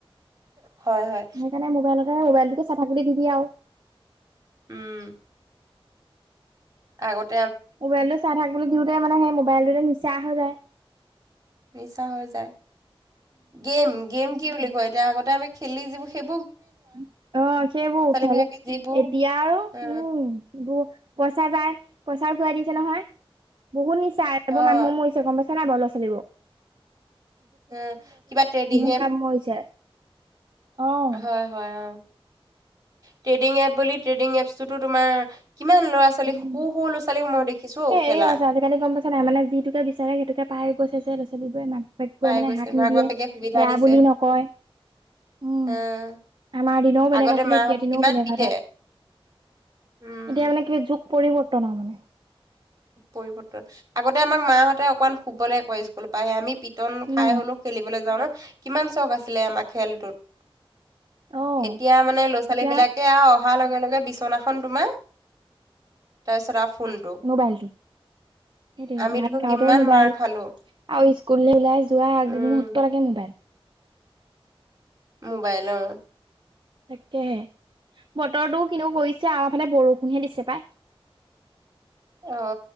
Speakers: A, on the right; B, on the right.
A: হয় হয়
B: সেইকাৰণে মোবাইলতে মোবাইলটোকে চাই থাক বুলি দি দিয়ে আৰু
A: উম আগত
B: মোবাইলটো চাই থাক দিওঁতে মানে সেই মোবাইলটোতে নিচা হৈ যায়
A: মিছা হৈ যায় গেম-গেম কি বুলি কয় এতিয়া আগতে আমি খেলি যিবোৰ সেই
B: অ, সেইবোৰ খেল
A: বিলাকে
B: এতিয়া
A: যিবোৰ
B: আৰু
A: অ
B: উম পইচা যায় পইচাও চৰাই দিছে নহয় বহুত নিচ চাৰে
A: অ
B: এইবোৰ মানু মৰিছে গম পাইছ নাই বল লিব
A: উ কিবা ট্ৰেডিং
B: মৰিছে। অ'।
A: হয়-হয় অ- ট্ৰেডিং এপ বুলি ট্ৰেডিং এপতো তোমাৰ কিমান ল'ৰা ছোৱালী
B: উম।
A: সু-সু ল'ৰা ছোৱালীক মই দেখিছো
B: এ হেৰি
A: খেলা
B: হৈছে আজিকালি গম পাইছা নাই মানে যিটোকে বিচাৰে সেইটোকে পাই গৈছে লৰা ছোৱালীবোৰে মাক
A: পাই
B: <unintelligible> মানে
A: গৈছে
B: হাক
A: মাক
B: নিদিয়ে
A: বাপেকে সুবিধা
B: বেয়া
A: দিছে।
B: বুলি নকয় উম
A: অ',
B: আমাৰ দিনেও বেলেগ
A: আগতে
B: আছিলে,
A: মাহঁতে
B: এতিয় দিনও
A: কিমান
B: বেলেগ
A: পিতে
B: এটা
A: উম,
B: এতিয়া মানে চুখ পৰি প ন মানে
A: পৰিৱৰ্তন আগতে আমাক মাহঁতে অকমান শুবলৈ কয় স্কুল পায়ে আমি পি <unintelligible> ৰ্তন
B: উম,
A: খাই হলেও খেলিবলৈ যাওঁ ন কিমান চখ আছিলে আমাৰ খেলটোত
B: অ'।
A: এতিয়া মানে ল'ৰা ছোৱালী
B: এতিয়া
A: বিলাকে আৰু অহা লগে-লগে বিচনাখনন তোমাৰ তাৰপিছত আৰু ফোনটো
B: মোবাইলটো সেইটোৱে
A: আমিতো
B: ভাত খাওঁতেও
A: কিমান
B: মোবাইল
A: মাৰ খালো
B: আৰু স্কুললৈ ওলাই যোৱা
A: উম।
B: মুহূত্ত লকে মোবাইল
A: মোবাইলৰ
B: তাকেহে বতৰটোও কিনও কৰিছ আমাৰ ফালে বৰষুণহে দিছে পাই
A: অ,